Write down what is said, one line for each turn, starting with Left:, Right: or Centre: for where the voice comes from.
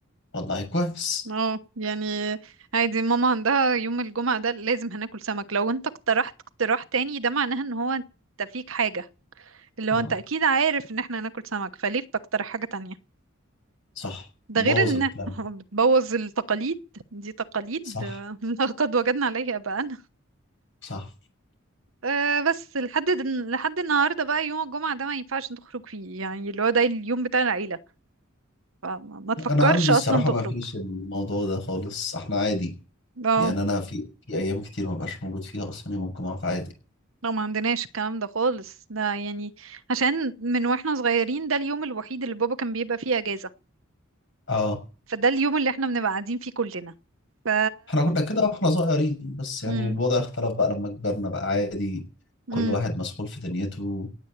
Left: والله كويس
Right: اه يعني عادي ماما عندها يوم الجمعة ده لازم هناكل سمك لو انت اقترحت اقتراح تاني ده معناه ان هو انت فيك حاجة اللي
Left: اه
Right: هو انت اكيد عارف ان احنا هناكل سمك فليه بتقترح حاجة تانية
Left: صح
Right: ده
Left: بوظ
Right: غير ان
Left: البلان
Right: <laughs> بتبوظ التقاليد دي تقاليد
Left: صح
Right: آه، <laughs> لقد وجدنا عليها بقى
Left: صح
Right: أه بس لحد دن- لحد النهارده بقى يوم الجمعة ده ما ينفعش تخرج فيه يعني اللي هو ده اليوم بتاع العيلة فما ما تفكرش
Left: انا عندي الصراحه
Right: اصلا تخرج
Left: ما فيش الموضوع ده خالص احنا عادي
Right: اه
Left: يعني انا في في ايام كتير ما بقاش موجود فيها اصلا يوم الجمعه فعادي
Right: لا ما عندناش الكلام ده خالص ده يعني عشان من واحنا صغيرين ده اليوم الوحيد اللي بابا كان بيبقى فيه اجازة
Left: اه
Right: فده اليوم اللي احنا بنبقى قاعدين فيه كلنا ف
Left: احنا كنا كده واحنا صغيرين بس يعني
Right: مم.
Left: الوضع اختلف بقى لما كبرنا بقى عادي
Right: مم.
Left: كل واحد مسحول في دنيته